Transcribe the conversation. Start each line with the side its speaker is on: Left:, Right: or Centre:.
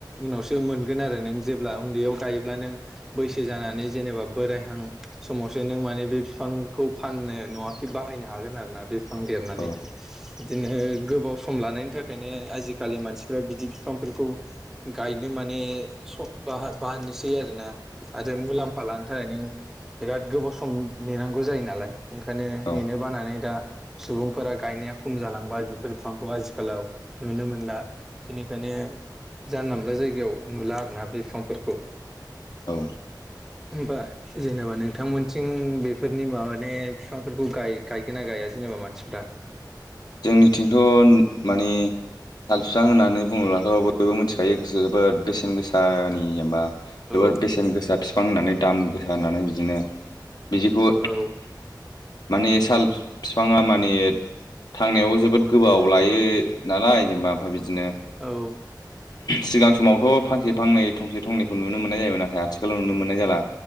Centre: उनावसो मोनगोन आरो नों जेब्ला उन्दैयाव गायोब्ला नों बैसो जानानै जेनेबा बोरायहां समावसो नों माने बे फिफांखौ फाननो नङाखि बाहायनो हागोन आरो ना बे बिफां देरनानै
Left: औ
Centre: बिदिनो गोबाव सम लानायनि थाखायनो आजिखालि मानसिफ्रा बिदि बिफांफोरखौ गायनो माने बाह बाहनोसै आरोना आरो मुलाम्फा लानो थाखाय नों बिराद गोबाव सम नेनांगौ जायो नालाय ओंखायनो
Left: औ
Centre: नेनो बानानै दा सुबुंफोरा गायनाया खम जालांबाय बेफोर बिफांखौ आथिखालाव नुनो मोनला बिनिखायनो जानला मोनला जायगायाव नुला आरो ना बे बिफांफोरखौ
Left: औ
Centre: ओमफ्राय जेनेबा नोंथांमोनथिं बेफोरनि मा माने बिफांफोरखौ गायगोन ना गाया जेनेबा मानसिफ्रा
Left: जोंनिथिंथ' माने साल बिफां होननानै बुङोब्लाथ' बयबो मिथिखायो गोसो जोबोद बेसेन गोसानि जेनबा
Centre: औ
Left: जोबोर बेसेन गोसा बिफां होननानै दाम गोसा होननानै बिदिनो बिदिखौ
Centre: औ
Left: माने साल बिफाङा माने थांनायाव जोबोद गोबाव लायो नालाय जेनेबा ओमफ्राय बिदिनो
Centre: औ
Left: सिगां समावथ' फांसे फांनै थंसे थंनैखौ नुनो मोननाय जायोमोन नाथाय आथिखालाव नुनो मोननाय जाला